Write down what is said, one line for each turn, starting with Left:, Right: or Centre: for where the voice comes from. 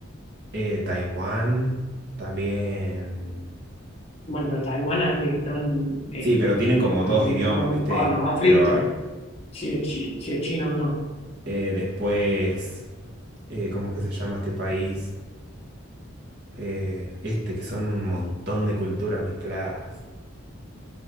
Right: Eh, Taiwán también.
Left: Bueno, pero Taiwán ahí están. Eh,
Right: Sí, pero tienen como dos
Left: viste
Right: idiomas,
Left: que está con,
Right: ¿viste?
Left: con el conflicto.
Right: Pero eh,
Left: Si es, chi- si es chino o no.
Right: eh, después, eh, ¿cómo es que se llama este país? Eh, este, que son un montón de culturas mezcladas.